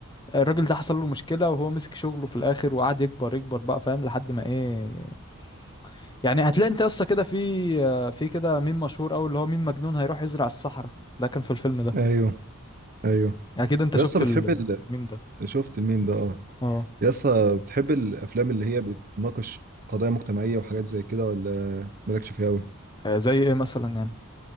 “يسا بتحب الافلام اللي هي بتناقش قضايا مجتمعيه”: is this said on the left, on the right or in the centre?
Right